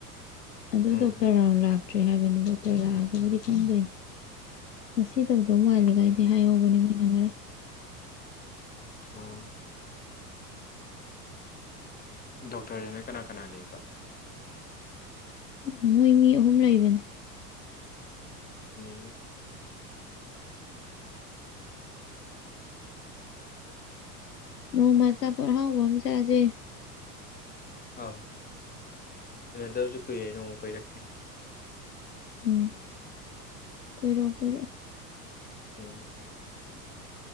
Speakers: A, on the left (about 85°); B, on the left (about 20°).
A: ꯑꯗꯨ
B: ꯎꯝ
A: ꯗꯣꯛꯇꯔ ꯔꯥꯎꯟ ꯂꯥꯛꯇ꯭ꯔꯤ ꯍꯥꯏꯕꯅꯤ ꯗꯣꯛꯇꯔ ꯂꯥꯛꯑꯒꯕꯨꯗꯤ ꯈꯪꯗꯣꯏꯅꯦ ꯉꯁꯤ ꯇꯧꯗꯧ ꯃꯥꯜꯂꯤ
B: ꯑꯣ
A: ꯒꯥꯏꯗꯤ ꯍꯥꯏꯍꯧꯕꯅꯦ ꯃꯣꯏꯅ ꯉꯔꯥꯡ
B: ꯑꯣ ꯗꯣꯛꯇꯔꯗꯅ ꯀꯅꯥ ꯀꯅꯥ ꯂꯩꯕ
A: ꯑ ꯃꯣꯏ ꯃꯤ ꯑꯍꯨꯝ ꯂꯩꯕꯅꯦ
B: ꯎꯝ
A: ꯅꯣꯡꯃ ꯑꯆꯥꯄꯣꯠ ꯑꯍꯥꯎꯕ ꯑꯃ ꯆꯥꯖꯦ
B: ꯑꯥꯎ ꯎꯟꯅꯗꯕꯖꯨ ꯀꯨꯏꯔꯦ ꯅꯣꯡꯃ ꯀꯣꯏꯔꯛꯀꯦ
A: ꯎꯝ ꯀꯣꯏꯔꯛꯑꯣ ꯀꯣꯏꯔꯛꯑꯣ
B: ꯎꯝ